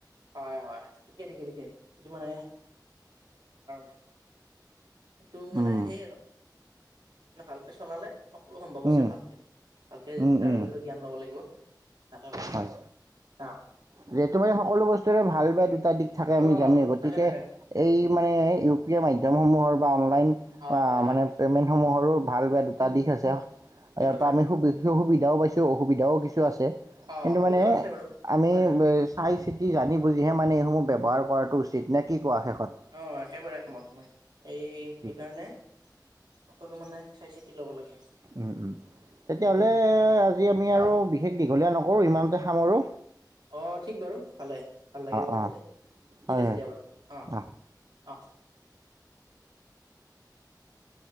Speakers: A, on the right; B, on the right.
A: হয়, হয়, ঠিকে, ঠিকে, ঠিকে। সেইটো মানে <unintelligible> এইটো
B: উম
A: মানে সেই আৰু মানে ভালকে চলালে সম্ভৱ আছে
B: উম,
A: ভালকে ভালকে
B: উম,
A: তাৰ
B: উম,
A: বিষয়ে জ্ঞান ল'ব লাগিব তাকে ভাবিছো
B: হয়।
A: অ
B: যিহেতু মানে সকলো বস্তুৰে ভাল বেয়া দুটা দিশ থাকে আমি
A: অ
B: জানোৱে, গতিকে
A: তাকে তাকে
B: এই মানে ইউ পি আই মাধ্যমসমূহৰ <unintelligible> <unintelligible>
A: অ হয় হয়
B: মানে
A: হয়
B: পেমেণ্ট সমূহৰো ভাল বেয়া দুটা
A: উম
B: দিশ আছে।
A: ঠিক
B: ইয়াৰ
A: কথা
B: পৰা আমি খুব সুবিধাও পাইছো, অসুবিধাও কিছু <unintelligible> আছে।
A: অ
B: কিন্তু
A: অসুবিধাও
B: মানে
A: আছে বাৰু
B: আমি
A: হয় হয়
B: চাই চিতি, জানি বুজিহে মানে এইসমূহ ব্যৱহাৰ কৰাটো উচিত নে কি কোৱা শেষত
A: অ', একেবাৰে একমত মই! এই সেইকাৰণে
B: ঠিক
A: সকলো মানে চাই-চিতি ল'ব লাগে।
B: উম, উম, তেতিয়াহ'লে
A: ঠিকে
B: আজি আমি
A: হয়
B: আৰু বিশেষ দীঘলীয়া নকৰোঁ, ইমানতে খামৰোঁ।
A: অ', ঠিক বাৰু ভালে। ভাল লাগিল কথা
B: অঁ
A: পাতি,
B: হয়
A: ঠিক আছে
B: হয়
A: দিয়া বাৰু অ',
B: অঁ
A: অ'। <inaudible>